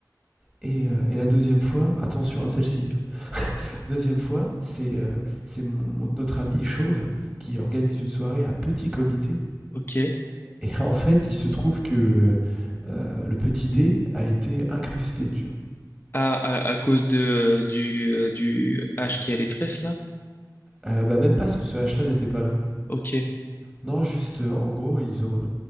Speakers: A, in the centre; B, on the left (about 30°).
A: Et, euh, et la deuxième fois, attention à celle-ci. Deuxième fois, c'est euh, c'est mon- mon- notre ami Chauve qui organise une soirée à petit comité.
B: Ok.
A: Et en fait, il se trouve que euh, le petit dé a été incrusté, tu vois.
B: Ah, à, à cause de, euh, du, euh, du H qui a les tresses, là?
A: Euh, bah, même pas parce que ce H-là n'était pas là.
B: Ok,
A: Non, juste, euh, en gros, ils ont,